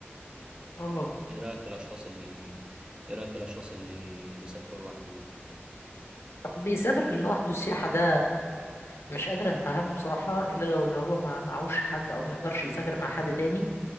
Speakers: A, on the left; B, on the right.
A: <clears throat> اه
B: إيه رأيك في الأشخاص اللي إيه رأيك في الأشخاص اللي بيسافروا لوحدهم
A: بيسافر لوحده السياحة ده مش قادر اتفهمه بصراحة الا لو اللي هو ما معهوش حد او ما يقدرش يسافر مع حد تاني